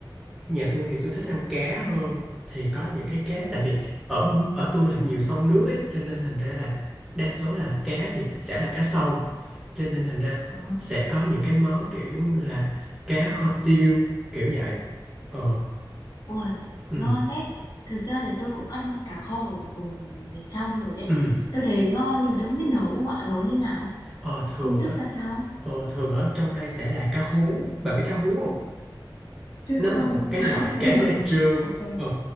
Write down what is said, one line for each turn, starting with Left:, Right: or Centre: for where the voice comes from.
Centre: nhà tôi thì tôi thích ăn cá hơn thì có những cái cá tại vì ở ở tôi là nhiều sông nước ấy cho nên thành ra là đa số là cá thì sẽ là cá sông cho nên thành ra
Left: À.
Centre: sẽ có những cái món kiểu giống như là cá kho tiêu kiểu vậy ờ
Left: Ôi,
Centre: ừ
Left: ngon đấy. Thực ra thì tôi cũng ăn cá kho ở vùng miền trong rồi đấy.
Centre: ừ
Left: Tôi thấy ngon nhưng mà tôi không biết nấu không ạ? Nấu như nào?
Centre: ờ thường
Left: Công thức
Centre: á
Left: ra sao?
Centre: ờ thường ở trong đây sẽ là cá hú bà biết cá hú không
Left: Tôi
Centre: nó
Left: không.
Centre: là một cái
Left: <laughs>
Centre: loại
Left: Nhưng
Centre: cá da
Left: mà
Centre: trơn
Left: ok.
Centre: ờ